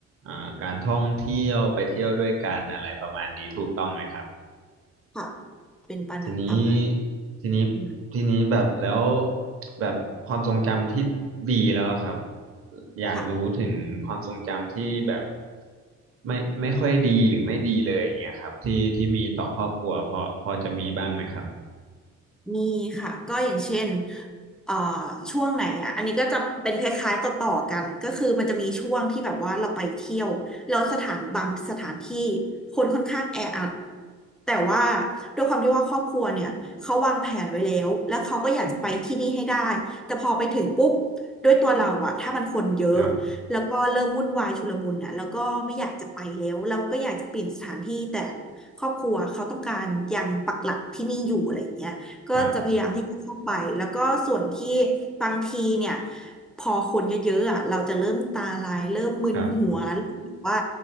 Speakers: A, on the right (about 50°); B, in the centre.
A: อ่าการท่องเที่ยวไปเที่ยวด้วยกันอะไรประมาณนี้ถูกต้องไหมครับ
B: ค่ะเป็นประมาณประมาณนั้
A: ทีนี้ทีนี้
B: น
A: ทีนี้แบบแล้วแบบความทรงจำที่ดีแล้วอะครับอยากรู้ถึงความทรงจำที่แบบ
B: ค่ะ
A: ไม่ไม่ค่อยดีหรือไม่ดีเลยอย่างเงี้ยครับที่ที่มีต่อครอบครัวพอพอจะมีบ้างไหมครับ
B: มีค่ะก็อย่างเช่นเอ่อช่วงไหนอ่ะอันนี้ก็จะเป็นคล้ายๆต่อๆกันก็คือมันจะมีช่วงที่แบบว่าเราไปเที่ยวแล้วสถานบางสถานที่คนค่อนข้างแออัดแต่ว่าด้วยความที่ว่าครอบครัวเนี่ยเขาวางแผนไว้แล้วแล้วเขาก็อยากจะไปที่นี่ให้ได้แต่พอไปถึงปุ๊บด้วยตัวเราอะถ้ามันคนเยอะ
A: ครับ
B: แล้วก็เริ่มวุ่นวายชุลมุนอะแล้วก็ไม่อยากจะไปแล้วเราก็อยากจะเปลี่ยนสถานที่แต่ครอบครัวเขาต้องการยังปักหลักที่นี่อยู่อะไรอย่างเงี้ย ก็จะพยายามที่จะเข้าไป
A: ครับ
B: แล้วก็ส่วนที่บางทีเนี่ยพอคนเยอะๆอ่ะเราจะเริ่มตาลาย เริ่มมึนหัวเริ่มแบบว่า
A: ครับ